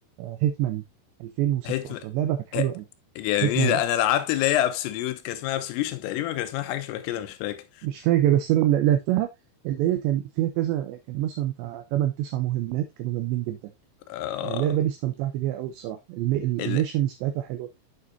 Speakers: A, on the right; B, on the left.
A: هيتمان 2016
B: هيتمان
A: لعبة كانت حلوة
B: ه-
A: قوي
B: جميلة
A: هيتمان
B: انا لعبت اللي هي ابسوليوت كان اسمها ابسوليوشن تقريبا كان اسمها حاجة شبه كده مش فاكر
A: مش فاكر بس انا اللي لعبتها اللي هي كان فيها كذا كان مثلا بتاع 8 9 مهمات كانوا جامدين جدا
B: آه...
A: آه، اللعبة دي استمتعت بيها قوي الصراحة الم- ال-
B: ال...
A: الميشنز بتاعتها حلوة